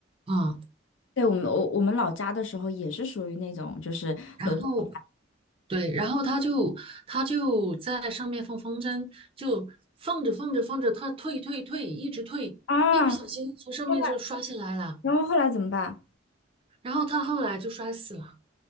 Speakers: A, on the right; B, on the left.
A: 啊，
B: 对，我们我我们老家的时候也是属于那种，就是楼上有
A: 然后对，然后他就他就在上面放风筝，就放着放着放着，他退退退，一直退。
B: 啊，
A: 一不小心从上面就摔下来了，
B: 天呐，然后后来怎么办
A: 然后他后来就摔死了，